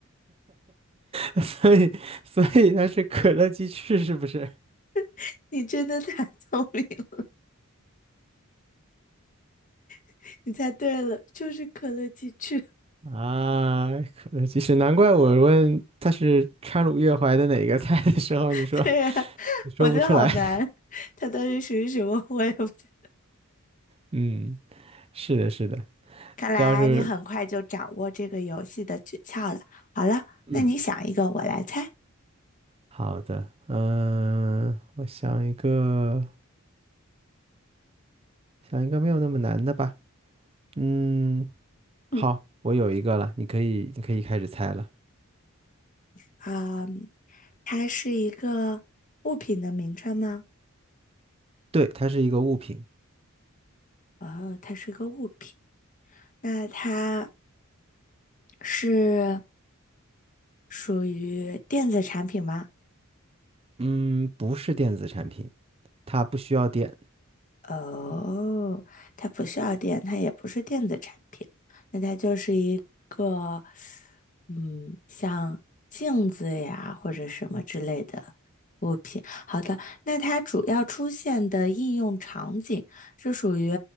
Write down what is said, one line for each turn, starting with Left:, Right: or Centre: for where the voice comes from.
Right: <laughs> 所以，所以它是可乐鸡翅是不是？
Left: <laughs> 你真的太聪明了，<laughs> 你猜对了，就是可乐鸡翅。
Right: 啊，可乐鸡翅，难怪我问它是川鲁粤淮的哪个菜的时候，
Left: <laughs>
Right: 你说
Left: 对啊，<laughs>
Right: 你说不出来。
Left: 我觉得好难，
Right: <laughs>
Left: 它到底属于什么 <laughs> 我也不知道
Right: 嗯，是的，是的，
Left: 看来你很快就掌握这个游戏的诀窍了。
Right: 这要是
Left: 好了，
Right: 嗯，
Left: 那你想一个，我来猜。
Right: 好的，嗯，我想一个，想一个没有那么难的吧。嗯，
Left: 嗯
Right: 好，我有一个了，你可以，你可以开始猜了。
Left: 啊，它是一个物品的名称吗？
Right: 对，它是一个物品。
Left: 哦，它是个物品。那它是属于电子产品吗？
Right: 嗯，不是电子产品，它不需要电。
Left: 哦，它不需要电，它也不是电子产品，那它就是一个，嗯，像镜子呀或者什么之类的物品。好的，那它主要出现的应用场景是属于